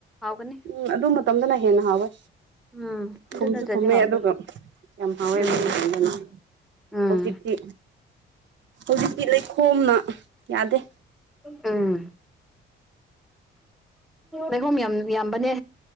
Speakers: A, in the centre; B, on the right (about 65°).
A: ꯍꯥꯎꯒꯅꯤ
B: ꯎꯝ ꯑꯗꯨ ꯃꯇꯝꯗꯅ ꯍꯦꯟꯅ ꯍꯥꯎꯋꯦ
A: ꯎꯝ ꯑꯗꯨ
B: ꯊꯨꯝꯁꯨ
A: ꯅꯠꯇ꯭ꯔꯗꯤ
B: ꯊꯨꯝꯃꯦ
A: ꯍꯥꯎꯔꯣꯏ
B: ꯑꯗꯨꯒ ꯌꯥꯝ ꯍꯥꯎꯋꯦ
A: ꯎꯝ
B: <unintelligible>
A: ꯎꯝ
B: ꯍꯧꯖꯤꯛꯇꯤ ꯍꯧꯖꯤꯛꯇꯤ ꯂꯩꯈꯣꯝꯅ ꯌꯥꯗꯦ
A: ꯎꯝ ꯂꯩꯈꯣꯝ ꯌꯥꯝ ꯌꯥꯝꯕꯅꯦ